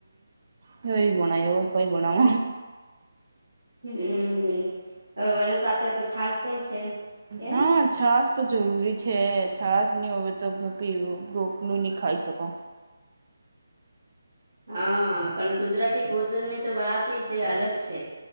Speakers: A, on the right; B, on the right.
A: કોઈ બનાયો કોઈ બનાવ
B: હમ હવે વન સાથે તો છશ પણ છે. કેમ
A: હા છ. તો જરૂરી છે છાસ નહી હોય તો પીવું બ્રોટલું નહીં ખાઈ શકો.
B: હા પણ ગુજરાતી ભોજન ની તો વાત છે અલગ છે.